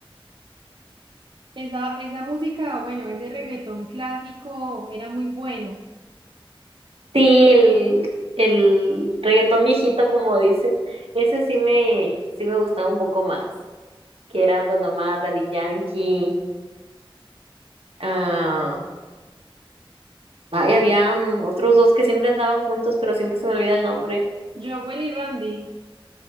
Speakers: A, on the right (about 60°); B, on the right (about 85°).
A: Esa, esa música, bueno, ese reggaetón clásico era muy bueno.
B: Sí, el el reggaetón viejito como dicen, ese sí me sí me gustaba un poco más, que era Don Omar, Daddy Yankee, ah, ay, había mm, otros dos que siempre andaban juntos, pero siempre se me olvida el nombre.
A: Jowell y Randy,